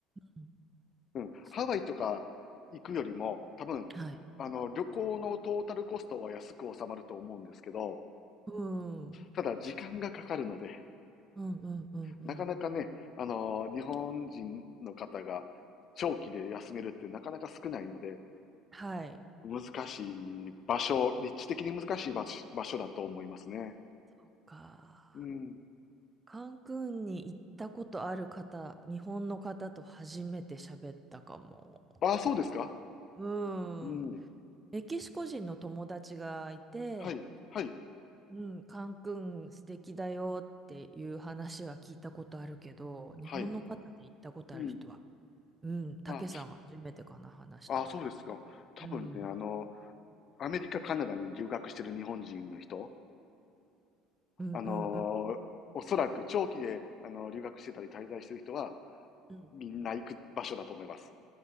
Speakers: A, on the right (about 15°); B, on the left (about 40°).
A: うん。
B: うん、
A: そ
B: ハワイとか行くよりも、多分、
A: はい。
B: あの、旅行のトータルコストは安く収まると思うんですけど、
A: うん。うん
B: ただ時間がかかるので、
A: うんうんうん。
B: なかなかね、あの、日本人の方が長期で休めるってなかなか少ないので、
A: はい。
B: 難しい場所、立地的に難しい場所場所だと思いますね。
A: そっか。
B: うん。
A: カンクンに行ったことある方、日本の方と初めて喋ったかも。
B: ああ、そうですか
A: うん。
B: うん。
A: メキシコ人の友達がいて、
B: はい、はい、
A: うん、カンクン素敵だよっていう話は聞いたことあるけど、日本の方で行ったことある人は、
B: はい。うん。
A: うん、たけさんが初めてかな、
B: あ、
A: 話したの。
B: ああそうですか。多分ね、
A: うん。
B: あの、アメリカ、カナダに留学してる日本人の人、
A: うんうんうん。
B: あのおそらく長期で、あの、留学してたり滞在してる人は、
A: うん。
B: みんな行く場所だと思います。